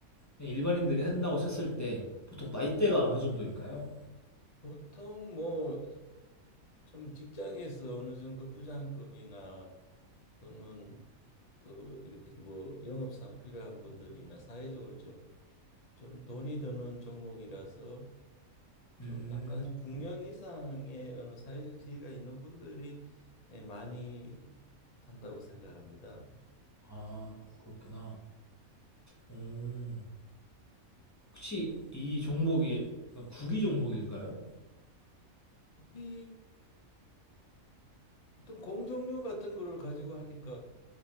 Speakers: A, on the left; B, on the left.
A: 그냥 일반인들이 한다고 쳤을 때 보통 나이대가 어느 정도일까요?
B: 보통 뭐, 좀 직장에서 어느 정도 부장급이나 또는 또 이렇게 뭐 영업상 필요한 분들이나 사회적으로 좀, 좀 돈이 드는 종목이라서 좀
A: 음,
B: 약간 중년 이상의 어느 사회적 지위가 있는 분들이 예, 많이 한다고 생각합니다.
A: 아, 그렇구나. 오, 혹시 이 종목이 약간 구기 종목일까요?
B: 국이 어떤 공정률 같은 거를 가지고 하니까